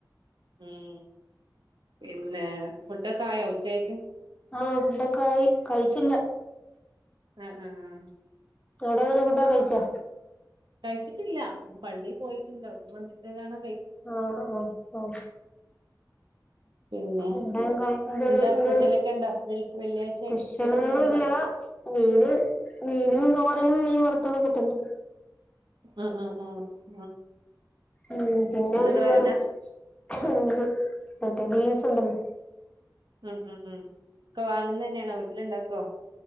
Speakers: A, on the right; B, on the left.
A: ഇം പിന്നെ ഫുഡ് ഒക്കെ ആയോ ഉച്ചക്കും
B: ആഹ് ഫുഡ് ഒക്കെ ആയി കഴിച്ചില്ല
A: ആ ആ അ
B: അവിടെ എങ്ങനെ ഫുഡൊക്കെ കഴിച്ചാ
A: <inaudible> കഴിച്ചിട്ടില്ല പള്ളീ പോയിട്ടുണ്ട് അവിടുന്ന് വന്ന് <unintelligible>
B: ആഹ് അഹ് ആഹ്
A: പിന്നെ
B: ഇവിടെയും കഴിക്കാണ്
A: എന്താ
B: ഇന്ന്
A: സ്പെഷ്യലൊക്കെണ്ടോ വെള്ള് വെള്ളിയാഴ്ചയായിട്ട്
B: സ്പെഷ്യലൊന്നുല്ല
A: സ്പെഷ്യലൊക്കെണ്ടോ
B: മീന് മീനും തോരനും മീൻ വറ അതൊക്കെ തന്നെ
A: ആ അ ആ
B: മ് പിന്നെ ഒര്
A: തോരനാ
B: വെറ് ഇണ്ട് മറ്റേ ബീൻസുണ്ടല്
A: ഇ ഇ ഈ ക്ക വാങ്ങുന്നന്നെയാണോ വീട്ടിലിണ്ടാക് <unintelligible>